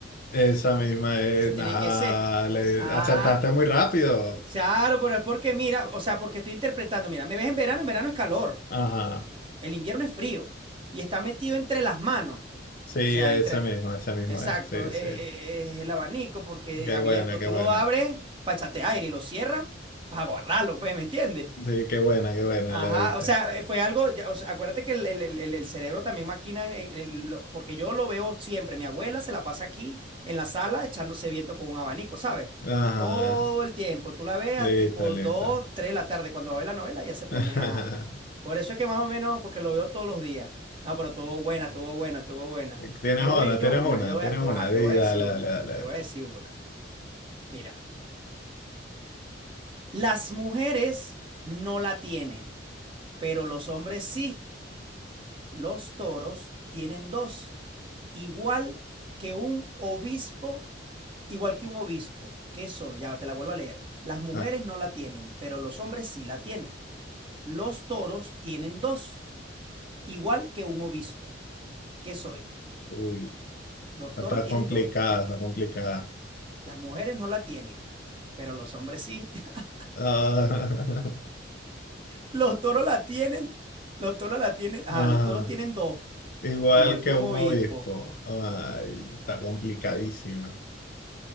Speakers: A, on the left; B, on the right.
A: Esa misma es,
B: Ese tiene
A: nada,
B: que ser.
A: le
B: Ah,
A: acertaste muy rápido.
B: claro, pero es porque mira, o sea, porque estoy interpretando. Mira, me ves en verano, en verano es calor.
A: Ajá,
B: El invierno es frío. Y está metido entre las manos. O
A: sí,
B: sea,
A: ese
B: entre.
A: mismo, ese mismo
B: Exacto,
A: es, sí,
B: eh,
A: sí.
B: eh, eh, es el abanico porque
A: Qué
B: abierto
A: buena, qué
B: tú
A: buena.
B: lo abres para echarte aire y lo cierras para guardarlo, pues, ¿me entiendes?
A: Sí, qué buena, qué buena,
B: Ajá,
A: la diste.
B: o sea, eh, fue algo, ya, o sea, acuérdate que el, el- el- el- el cerebro también maquina, en- en el- lo- porque yo lo veo siempre, mi abuela se la pasa aquí en la sala echándose viento con un abanico, ¿sabes?
A: Ajá,
B: Todo el tiempo, tú la ves
A: listo,
B: a tipo
A: listo.
B: 2 3 de la tarde, cuando va a ver la novela ya se pone
A: <laughs>
B: a... Por eso es que más o menos, porque lo veo todos los días. No, pero tuvo buena, tuvo buena, tuvo buena.
A: Eh, Tienes
B: Te voy
A: una,
B: a ir
A: tienes
B: yo una,
A: una,
B: yo voy
A: tienes
B: a-
A: una.
B: ajá,
A: Sí,
B: te voy
A: dale,
B: a decir una,
A: dale, dale.
B: te
A: dale.
B: voy a decir una. Mira, las mujeres no la tienen, pero los hombres sí. los toros tienen dos, igual que un obispo, igual que un obispo. ¿Qué soy? Ya te la vuelvo a leer. Las mujeres
A: Ah,
B: no la tienen, pero los hombres sí la tienen. Los toros tienen dos, igual que un obispo. ¿Qué soy?
A: uy,
B: Los
A: no
B: toros
A: está
B: tienen
A: complicada,
B: dos,
A: está complicada.
B: las mujeres no la tienen, pero los hombres sí. <laughs>
A: Ah,
B: Los toros la tienen, los toros la tienen, ah,
A: <laughs> ajá.
B: los toros tienen dos,
A: igual
B: igual
A: que
B: que un
A: un
B: obispo.
A: obispo. Ay, está complicadísima.